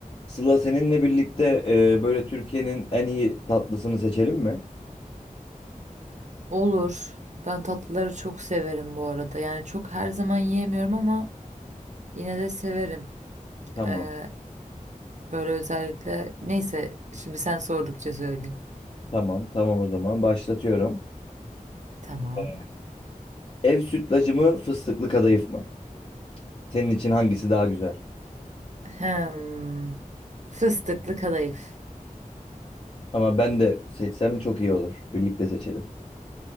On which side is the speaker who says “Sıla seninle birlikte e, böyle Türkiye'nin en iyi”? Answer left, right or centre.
Left